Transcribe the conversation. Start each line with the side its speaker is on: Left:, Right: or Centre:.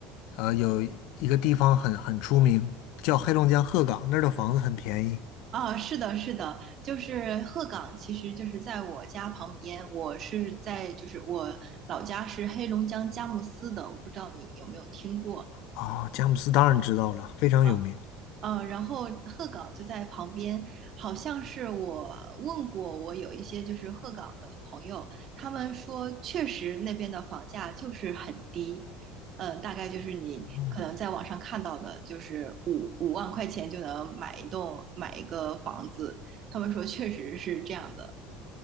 Left: 呃有一个地方很很出名，叫黑龙江鹤岗，那儿的房子很便宜。
Right: 啊，是的，是的，就是鹤岗，其实就是在我家旁边，我是在就是我老家是黑龙江佳木斯的，我不知道你有没有听过。
Left: 啊、佳木斯当然知道了，非常有名。
Right: 啊。呃，然后鹤岗就在旁边，好像是我问过我有一些就是鹤岗的朋友，他们说确实那边的房价就是很低，嗯、大概就是你可能在网上看到的，
Left: 嗯，
Right: 就是五五万块钱就能买一栋买一个房子，他们说确实是这样的。